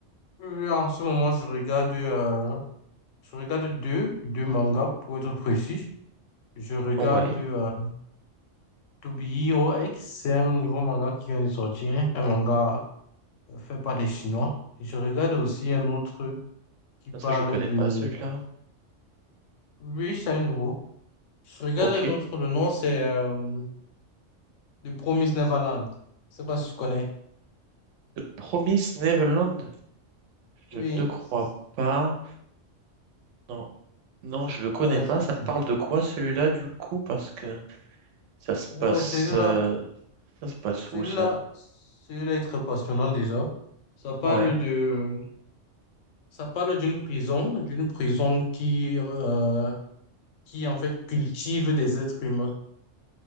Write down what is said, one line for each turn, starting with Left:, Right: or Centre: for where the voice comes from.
Left: euh, en ce moment, je regarde euh, je regarde deux deux mangas pour être précis. Je regarde
Right: Ouais,
Left: euh, To Be Hero X, c'est un nouveau manga qui vient de sortir, un manga fait par des Chinois. Et je regarde aussi un autre qui parle
Right: ça je connais
Left: de
Right: pas celui-là.
Left: oui, c'est un nouveau. Je regarde
Right: Ok.
Left: un autre, le nom c'est euh, The Promised Neverland. Je sais pas si tu connais.
Right: The Promised Neverland? Je
Left: Oui,
Right: ne crois
Left: c'est-
Right: pas. Non, non, je le connais
Left: euh,
Right: pas.
Left: ok.
Right: Ça parle de quoi celui-là du coup? Parce que ça se
Left: ouais,
Right: passe,
Left: celui-là,
Right: euh, ça se passe
Left: celui-là,
Right: où ça?
Left: celui-là est très passionnant déjà. Ça parle
Right: Ouais.
Left: de, ça parle d'une prison, d'une prison qui, euh, qui en fait cultive des êtres humains.